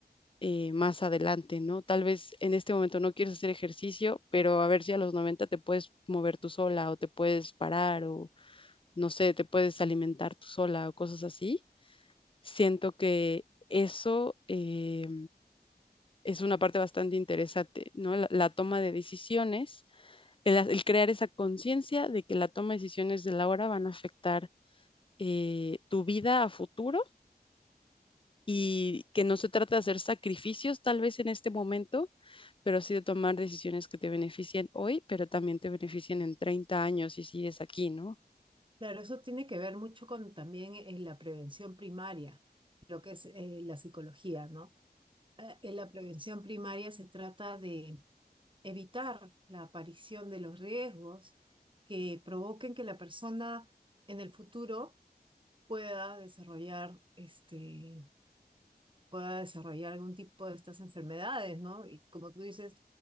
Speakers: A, on the left; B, on the right.
A: eh, más adelante, ¿no? Tal vez en este momento no quieres hacer ejercicio, pero a ver si a los 90 te puedes mover tú sola o te puedes parar o no sé, te puedes alimentar tú sola o cosas así. Siento que eso eh, es una parte bastante interesante, ¿no? la la toma de decisiones el, el crear esa conciencia de que la toma de decisiones de la hora van a afectar eh, tu vida a futuro y que no se trata de hacer sacrificios tal vez en este momento, pero sí de tomar decisiones que te beneficien hoy, pero también te beneficien en treinta años si sigues aquí, ¿no?
B: Claro, eso tiene que ver mucho con también eh, la prevención primaria, lo que es eh, la psicología, ¿no? Eh, en la prevención primaria se trata de evitar la aparición de los riesgos que provoquen que la persona en el futuro pueda desarrollar este, pueda desarrollar algún tipo de estas enfermedades, ¿no? Y como tú dices,